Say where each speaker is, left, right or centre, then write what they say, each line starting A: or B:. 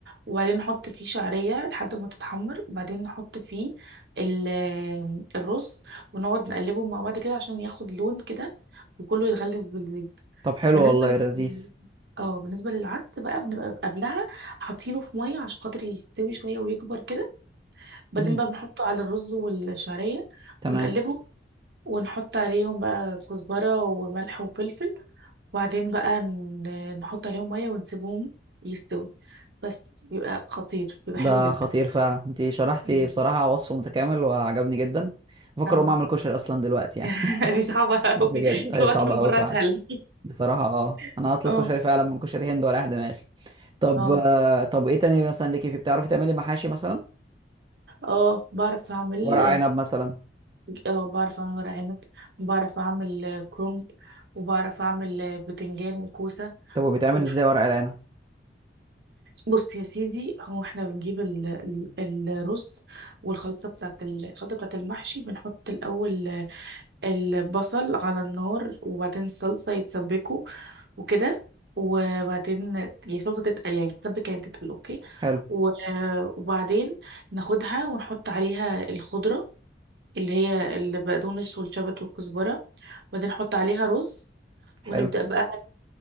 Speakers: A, on the right; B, on the right.
A: وبعدين نحط فيه شعرية لحد ما تتحمر وبعدين نحط فيه ال- الرز ونقعد نقلبه مع بعض كده عشان ياخد لون كده وكله يتغلف بالزيت
B: طب حلو
A: بالنسبة
B: والله يا لذيذ
A: لل... اه بالنسبة للعدس بقى بنبقى قبلها حاطينه في مية عشان خاطر يستوي شوية ويكبر كده بعدين
B: مم.
A: بقى بنحطه على الرز والشعرية
B: تمام
A: ونقلبه ونحط عليهم بقى كزبرة وملح وفلفل وبعدين بقى ن- نحط عليهم ميه ونسيبهم يستوي بس بيبقى خطير بيبقى
B: ده
A: حلو جدا
B: خطير فعلا انتي شرحتي
A: مم.
B: بصراحة وصف متكامل وعجبني جدا بفكر
A: اه
B: أقوم أعمل كشري أصلا دلوقتي يعني
A: <laughs>
B: <laughs>
A: دي صعبة
B: بجد
A: قوي اطلب
B: هي صعبة
A: اكل من بره
B: أوي فعلا
A: اسهل
B: بصراحة اه أنا
A: <laughs>
B: هطلب
A: اه
B: كشري فعلا من كشري هند ورايح دماغي طب
A: اه
B: آه، طب إيه تاني مثلا ليكي في بتعرفي تعملي محاشي مثلا
A: اه بعرف اعمل
B: ورق عنب مثلا
A: اه بعرف اعمل ورق عنب وبعرف اعمل آه، كرومب وبعرف اعمل آه، بتنجان وكوسة
B: طب وبيتعمل
A: و-
B: إزاي ورق العنب
A: بص يا سيدي هو احنا بنجيب ال- ال- الرز والخلطة بتاعت ال- الخلطة بتاعت المحشي بنحط الأول البصل على النار وبعدين الصلصة يتسبكوا وكده وبعدين يعني الصلصة تتقل يعني تتسبك يعني تتقل اوكي
B: حلو
A: و- وبعدين ناخدها ونحط عليها الخضرة اللي هي البقدونس والشبت والكزبرة وبعدين نحط عليها رز
B: حلو
A: ونبدأ بقى